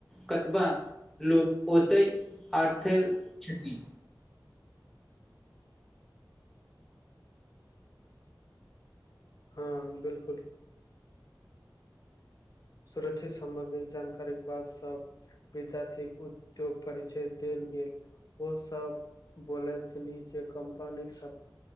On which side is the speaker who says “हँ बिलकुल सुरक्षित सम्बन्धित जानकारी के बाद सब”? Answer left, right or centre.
Left